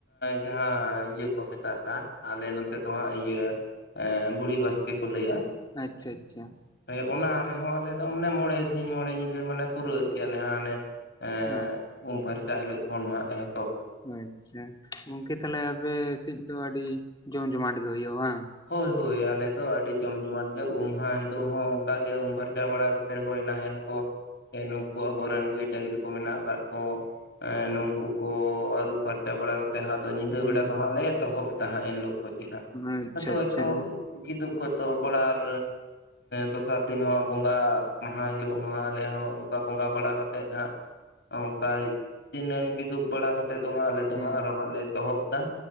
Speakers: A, on the left (about 65°); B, on the left (about 25°).
A: ᱡᱟᱦᱟᱸ ᱤᱭᱟᱹ ᱠᱚ ᱢᱮᱛᱟᱜ ᱠᱟᱱ ᱟᱞᱮ ᱱᱚᱛᱮ ᱫᱚ ᱦᱟᱸᱜ ᱤᱭᱟᱹ ᱵᱩᱲᱦᱤ ᱵᱟᱥ ᱠᱮ ᱠᱚ ᱞᱮᱭ-ᱟ
B: ᱟᱪᱪᱷᱟ ᱟᱪᱪᱷᱟ
A: ᱦᱳᱭ ᱚᱱᱟ ᱨᱮᱸᱦᱚᱸ ᱟᱞᱮ ᱫᱚ ᱟᱱᱮ ᱢᱚᱬᱮ ᱥᱤᱧ ᱢᱚᱬᱮ ᱧᱤᱫᱟᱹ ᱢᱟᱱᱮ ᱯᱩᱨᱟᱹᱣ ᱮᱜ ᱜᱮᱭᱟᱞᱮ ᱦᱟᱱᱮ ᱮᱸ
B: ᱦᱟᱸ
A: ᱩᱢ ᱯᱷᱟᱨᱪᱟ ᱦᱤᱞᱳᱜ ᱠᱷᱚᱱ ᱦᱟᱸᱜ ᱮᱦ
B: ᱚ ᱟᱪᱪᱷᱟ ᱜᱚᱝᱠᱮ ᱛᱟᱦᱞᱮ ᱟᱯᱮ ᱥᱮᱫ ᱫᱚ ᱟᱹᱰᱤ ᱡᱚᱢ ᱡᱚᱢᱟᱴ ᱜᱮ ᱦᱩᱭᱩᱜᱼᱟ ᱵᱟᱝ?
A: ᱦᱳᱭ ᱦᱳᱭ ᱟᱞᱮᱫᱚ ᱟᱹᱰᱤ ᱡᱚᱢ ᱡᱚᱢᱟᱴ ᱜᱮ ᱩᱢ ᱢᱟᱦᱟ ᱦᱤᱞᱳᱜ ᱦᱚᱸ ᱠᱟ ᱜᱮ ᱩᱢ ᱯᱷᱟᱨᱪᱟ ᱵᱟᱲᱟ ᱠᱟᱛᱮ ᱦᱚᱭ ᱱᱟᱦᱮᱞ ᱠᱚ ᱥᱮ ᱱᱩᱠᱩ ᱟᱵᱚᱨᱮᱱ ᱜᱟᱹᱭ ᱰᱟᱝᱨᱤ ᱠᱚ ᱢᱮᱱᱟᱜ ᱠᱟᱜ ᱠᱚ ᱱᱩᱠᱩ ᱠᱚ ᱟᱹᱨᱩ ᱯᱷᱟᱨᱪᱟ ᱵᱟᱲᱟ ᱠᱟᱛᱮ ᱛᱮᱦᱟ ᱫᱚ ᱧᱤᱫᱟᱹ
B: ᱦᱩᱸ
A: ᱵᱮᱲᱟ ᱫᱚ ᱦᱟᱸᱜ ᱞᱮ ᱮᱚᱦᱚᱵ ᱫᱟ ᱦᱟᱸᱜ ᱮᱱᱦᱤᱞᱳᱜ ᱠᱷᱚᱡ ᱜᱮ ᱦᱟᱸᱜ
B: ᱟᱪᱪᱷᱟ
A: ᱟᱫᱚ
B: ᱟᱪᱪᱷᱟ
A: ᱦᱚᱭᱛᱚ ᱜᱤᱫᱩᱜ ᱠᱚᱛᱚ ᱵᱲᱟᱲ ᱫᱚᱥᱟᱨ ᱫᱤᱱ ᱦᱚᱸ ᱵᱚᱸᱜᱟ ᱢᱟᱦᱟ ᱦᱤᱞᱳᱜ ᱦᱚᱸ ᱟᱞᱮ ᱦᱚᱸ ᱚᱱᱠᱟ ᱵᱚᱸᱜᱟ ᱵᱟᱲᱟ ᱠᱟᱛᱮᱜ ᱦᱟᱸᱜ ᱚ ᱠᱟᱭ ᱛᱤᱱᱟᱹᱱ ᱠᱤᱫᱩᱵ ᱵᱟᱲᱟ ᱠᱟᱛ ᱛᱮ ᱫᱚ ᱦᱜ ᱟᱞᱮ ᱫᱚᱦᱟᱸᱜ
B: ᱦᱮᱸ
A: ᱟᱨᱚ ᱦᱟᱸᱜ ᱞᱮ ᱮᱚᱦᱚᱵ ᱫᱟ